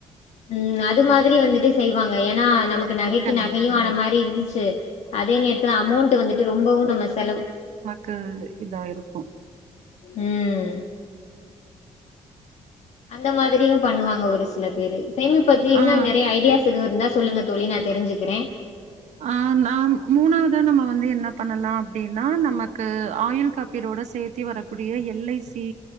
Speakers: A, on the left; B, on the right.
A: ம் அது மாதிரி வந்துட்டு செய்வாங்க ஏனா நமக் நகைக்கி
B: கண்டிப்பாங்க
A: நகையு ஆன மாரி இருந்துச்சு அதே நேரத்துல அமௌண்ட்டு வந்துட்டு ரொம்பவு நம்ம செலவ்
B: க இதா இருக்கு
A: ம் அந்த மாரியு பண்ணுவாங்க ஒரு சில பேரு சேமிப்பு பத்தி இன்னோ
B: ஆ
A: நெறைய ஐடியாஸ் எதுவு இருந்த சொல்லுங்க தோழி நா தெரிசுக்கிறே
B: ஆ நா மூணாவதா நம்ம வந்து என்ன பண்ணலா அப்டின்னா நமக்கு ஆயுள் காப்பீடோட சேத் வரக்கூடிய எல்ஐசி